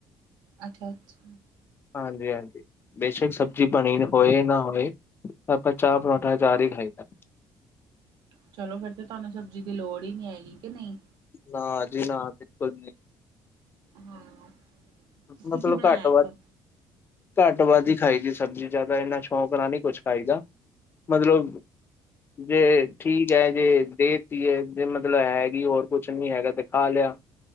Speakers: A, on the right (about 70°); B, on the left (about 30°).
A: ਅਠ ਅਚ
B: ਹਾਂਜੀ- ਹਾਂਜੀ, ਬੇਸ਼ਕ ਸਬਜ਼ੀ ਬਨੀ ਨ ਹੋਏ ਨਾ ਹੋਏ। ਆਪਾਂ ਚਾਹ, ਪਰੌਂਠਾ ਅਚਾਰ ਈ ਖਾਾਈਦਾ।
A: ਚਲੋ ਫੇਰ ਤੇ ਤਾਨੂੰ ਸਬਜ਼ੀ ਦੀ ਲੋੜ ਈ ਨੀ ਹੈਗੀ ਕਿ ਨਈ।
B: ਨਾ ਜੀ ਨਾ ਬਿਲਕੁਲ ਨੀ
A: ਹਾਂ, ਤੁਸੀ
B: ਮਤਲਬ
A: ਕੀ ਬਨਾਇਆ
B: ਘੱਟ
A: ਏ
B: ਵੱਧ
A: ਫੇਰ?
B: ਘੱਟ- ਵੱਧ ਈ ਖਾਈ ਦੀ ਸਬਜ਼ੀ ਜਆਦਾ ਏਨਾ ਸ਼ੌਕ ਨਾਲ ਨੀ ਕੁਛ ਖਾਈ ਦਾ। ਮਦਲਬ ਤੇ ਠੀਕ ਐ ਜੇ ਦੇ ਤੀ ਐ ਤੇ ਮਤਲਬ ਹੈ ਨੀ ਹੋਰ ਕੁਛ ਨੀ ਹੈਗਾ ਤੇ ਖਾ ਲਿਆ।